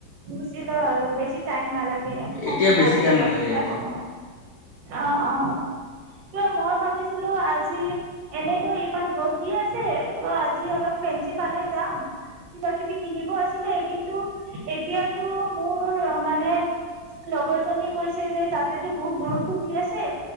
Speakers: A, on the right; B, on the left.
A: গুচি যায় আৰু বেছি টাইম নালাগে। এ সময়
B: এতিয়া বেছি
A: নালাগে,
B: টাইম
A: বাচি যায়
B: ইয়াতে।
A: সময়। অ-অ। তই মই ভাবিছিলো আজি এনেতো ইমান ৰদ দি আছে ত আজি অলপ ফেঞ্চি ফালে যাম। কিবা কিবি কিনিব আছিলে, কিন্তু এতিয়াতো মোৰ মানে লগৰ জনীয়ে কৈছে যে তাতেতো বহুত বৰষুণ দি আছে।